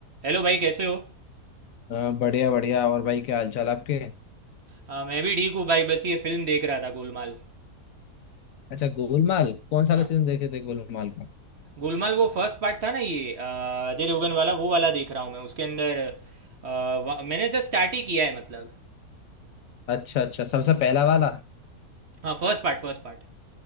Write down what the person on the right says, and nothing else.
Hello भाई कैसे हो
हाँ मैं भी ठीक हूँ भाई बस ये फिल्म देख रहा था गोलमाल
हाँ
गोलमाल वो फर्स्ट पार्ट था ना ये अ, अजय देवगन वाला वो वाला देख रहा हूँ मैं उसके अंदर अ, वा- मैंने तो स्टार्ट ही किया है मतलब
हाँ फर्स्ट पार्ट फर्स्ट पार्ट